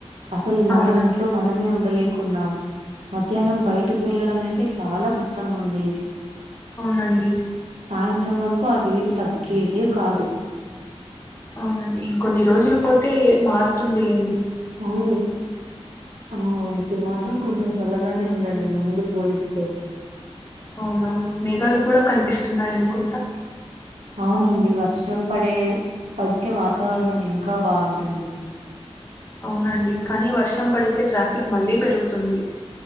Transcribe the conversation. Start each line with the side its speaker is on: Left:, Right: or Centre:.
Right: అసలు మన
Left: అవునండి
Right: ఇంట్లో మనమే ఉండలేకు న్నాము మధ్యాహ్నం బయటకు వెళ్ళడం అయితే చాలా కష్టంగా ఉండేది
Left: అవునండి
Right: సాయంత్రం వరకు ఆ వేడి తగ్గేదే కాదు
Left: అవునండి ఇంకొన్ని రోజులు పోతే మారుతుంది లేండి
Right: అవును అవునవును ఇప్పుడు మాత్రం కొంచెం చల్లగానే ఉందండి ముందు పోలిస్తే
Left: అవునా మేఘాలు కూడా కనిపిస్తున్నాయనుకుంటా
Right: అవునండి వర్షం పడే పడితేే వాతావరణం ఇంకా బాంటుంది
Left: అవునండి కానీ వర్షం పడితే ట్రాఫిక్ మళ్ళీ పెరుగుతుంది